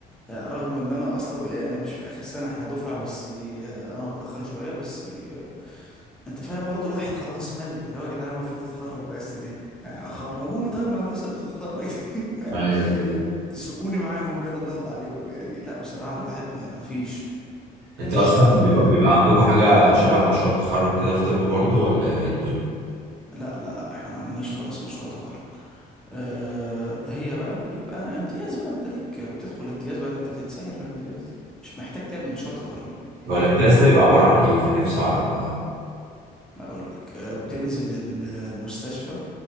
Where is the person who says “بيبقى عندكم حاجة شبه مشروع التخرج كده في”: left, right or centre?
Right